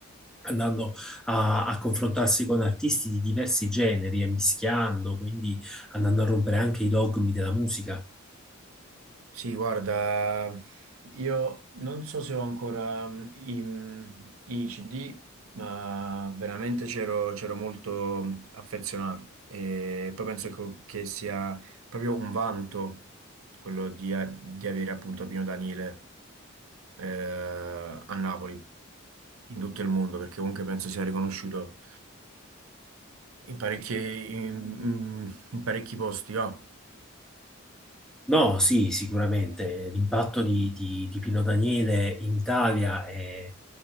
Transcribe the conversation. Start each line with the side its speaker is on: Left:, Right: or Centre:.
Centre: andando a, a confrontarsi con artisti di diversi generi e mischiando, quindi andando a rompere anche i dogmi della musica.
Right: Sì, guarda, io non so se ho ancora mm, i, mm, i CD, ma veramente c'ero c'ero molto affezionato e poi penso che che sia proprio un vanto quello di, a- di avere appunto Pino Daniele eh, a Napoli, in tutto il mondo, perché comunque penso sia riconosciuto in parecchi, in, in parecchi posti, va?
Centre: No, sì, sicuramente l'impatto di, di- di Pino Daniele in Italia è,